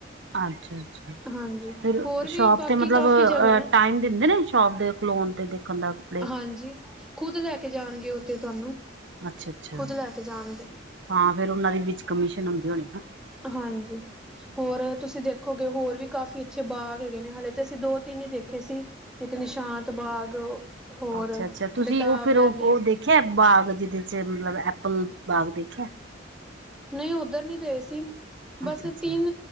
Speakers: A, on the right; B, in the centre.
A: ਅੱਛਾ ਅੱਛਾ
B: ਹਾਂਜੀ
A: ਫਿਰ
B: ਹੋਰ ਵੀ
A: ਸ਼ੋਪ
B: ਬਾਕੀ
A: ਤੇ ਮਤਲਬ
B: ਕਾਫ਼ੀ ਜਗ੍ਹਾ ਹੈ
A: ਟਾਈਮ ਦਿੰਦੇ ਨੇ ਸ਼ੋਪ ਦੇ ਖਲੋਣ ਤੇ ਦੇਖਣ ਦਾ ਕੱਪੜੇ
B: ਹਾਂਜੀ ਖੁੱਦ ਲੈ ਕੇ ਜਾਣਗੇ ਓ ਤੇ ਤੁਹਾਨੂੰ
A: ਅੱਛ ਅੱਛਾ
B: ਖੁਦ ਲੈ ਕੇ ਜਾਣਗੇ
A: ਹਾਂ ਫੇਰ ਓਨਾਂ ਦੀ ਵਿੱਚ ਕਮਿਸ਼ਨ ਹੁੰਦੀ ਹੋਣੀ ਨਾ
B: ਹਾਂਜੀ ਹੋਰ ਤੁਸੀਂ ਦੇਖੋਗੇ ਹੋਰ ਵੀ ਕਾਫੀ ਅੱਛੇ ਬਾਗ ਹੈਗੇ ਨੇ ਹਾਲੇ ਤੇ ਅਸੀਂ ਦੋ ਤਿੰਨ ਹੀ ਦੇਖੇ ਸੀ। ਇੱਕ ਨਿਸ਼ਾਂਤ ਬਾਗ ਹੋਰ
A: ਅੱਛਾ ਅੱਛਾ ਤੁਸੀਂ
B: ਬੇਤਾਬ
A: ਉਹ ਫੇਰ
B: ਵੈਲੀ
A: ਉਹ ਉਹ ਦੇਖਿਆ ਬਾਗ ਜਿਹਦੇ ਚ ਮਤਲਬ ਐਪਲ ਬਾਗ ਦੇਖਿਆ
B: ਨਹੀਂ ਉੱਧਰ ਨਹੀਂ ਗਏ ਸੀ ਬਸ
A: ਅੱਛਾ ਅੱਛਾ
B: ਤਿੰਨ